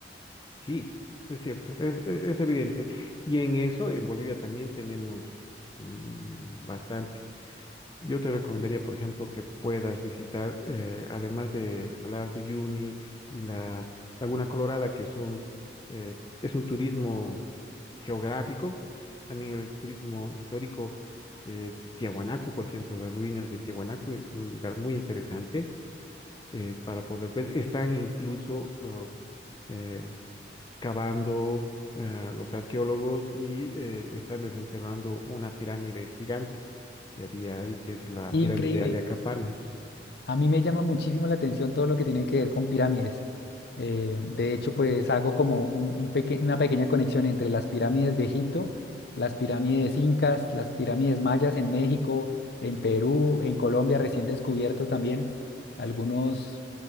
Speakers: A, on the left; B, on the left.
A: sí, es cierto, es, es- es evidente. Y en eso, en Bolivia también tenemos mm, bastante. Yo te recomendaría, por ejemplo, que puedas visitar, eh, además del Salar de Uyuni y la Laguna Colorada, que son, eh, es un turismo geográfico, también el turismo histórico, que es Tiahuanacu, por ejemplo, las ruinas de Tiahuanacu es un lugar muy interesante eh, para poder ver. Están incluso oh, eh, cavando eh, los arqueólogos y eh, están desenterrando una pirámide gigante que había ahí, que es la
B: Increíble.
A: pirámide de Acapana,
B: A mí me llama muchísimo la atención todo lo que tiene que ver con pirámides. Eh, de hecho, pues hago como un- un peque- una pequeña conexión entre las pirámides de Egipto, las pirámides incas, las pirámides mayas en México, en Perú, en Colombia, recién descubiertos también algunos,